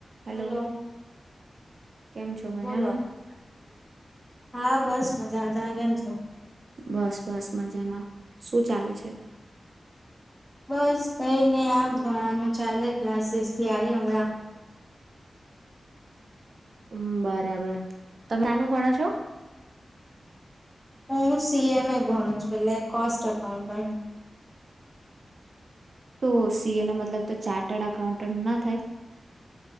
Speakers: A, on the right; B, in the centre.
A: હેલો
B: <inaudible> હલો
A: કેમ છો મજામાં?
B: બોલો <inaudible> હા બસ મજા <unintelligible> કેમ છો?
A: બસ બસ મજામાં શું ચાલે છે?
B: બસ કઈ નહી આ ભણાનું ચાલે ક્લાસીસથી આઈ હમણા
A: <unintelligible> બરાબર તમે <unintelligible> ભણો છો?
B: હું સી <unintelligible> એ ભણું છુ, <unintelligible> કોસ્ટ અકાઉન્ટન.
A: તો સી એ નો મતલબ તો ચાર્ટર્ડ અકાઉન્ટન્ટ ના થાય?